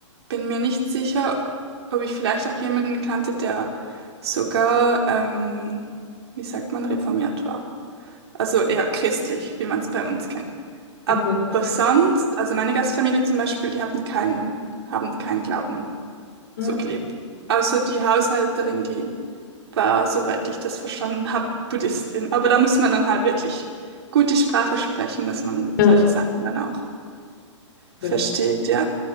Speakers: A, on the right; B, on the left.
A: bin mir nicht sicher, ob ich vielleicht auch jemanden kannte, der sogar, ähm, wie sagt man, reformiert war. Also eher christlich, wie man es bei uns kennt. Aber
B: okay.
A: sonst, also meine Gastfamilie zum Beispiel, die hatten keinen, haben keinen Glauben
B: Ah,
A: so gelebt. Außer die Haushälterin, die war, soweit ich das verstanden habe, Buddhistin. Aber da muss man dann halt wirklich gut die Sprache sprechen, dass man
B: ja.
A: solche Sachen dann auch versteht,
B: okay.
A: ja.